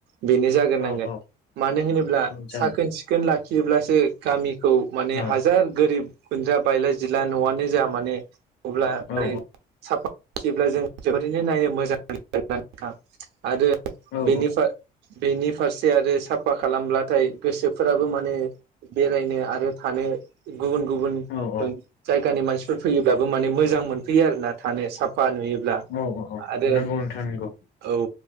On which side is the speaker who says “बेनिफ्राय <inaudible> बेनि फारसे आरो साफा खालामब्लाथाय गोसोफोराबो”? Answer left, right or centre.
Right